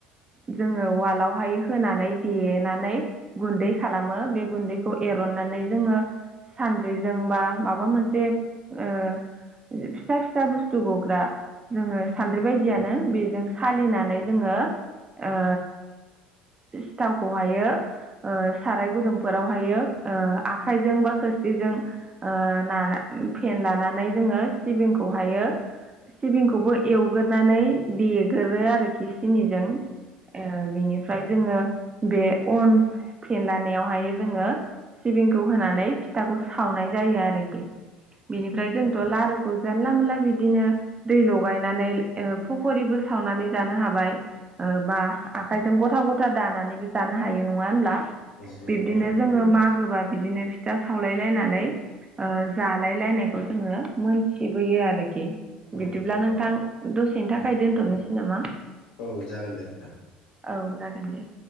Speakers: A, on the right (about 25°); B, on the left (about 65°).
A: जोङो उवालावहाय होनानै देनानै गुन्दै खालामो बे गुन्दैखौ एरननानै जोङो सानद्रिजों बा माबा मोनसे ओ फिसा फिसा बुस्थु गग्रा जोङो सान्द्रि बायदियानो बेजों सालिनानै जोङो ओ सिथावखौहायो ओ साराय गुदुंफोरावहायो ओ आखायजों बा खोरस्लिजों ओ नाना फेनलानानै जोङो सिबिंखौहायो सिबिंखौबो एवगोरनानै देगोरो आरोखि सिनि जों ओ बिनिफ्राय जोङो बे अन फेनलानायावहाय जोङो सिबिंखौ होनानै फिथाखौ सावनाय जायो आरोखि बेनिफ्राय जोंथ' लारु जानला मोनला बिदिनो दै लगायनानै ओ फखरिबो सावनानै जानो हाबाय। ओ बा आखायजों गथा गथा दानानैबो जानो हायो नङा होनब्ला?
B: नंगौ
A: बिब्दिनो
B: नोंथां
A: जोङो मागोबा बिदिनो फिथा सावलायलायनानै ओ जालाय लायनायखौ जोङो मोनथिबोयो आरोखि।
B: औ
A: बिदिब्ला नोंथां दसेनि थाखाय
B: औ
A: दोनथ'नोसै नामा?
B: औ जागोन दे नोंथां
A: औ जागोन दे।